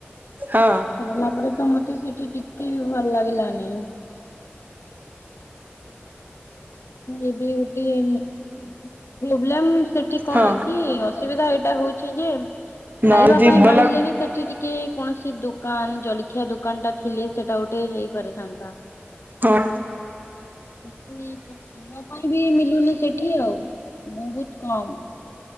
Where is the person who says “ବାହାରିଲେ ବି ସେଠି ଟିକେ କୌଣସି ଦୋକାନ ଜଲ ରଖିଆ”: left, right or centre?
Left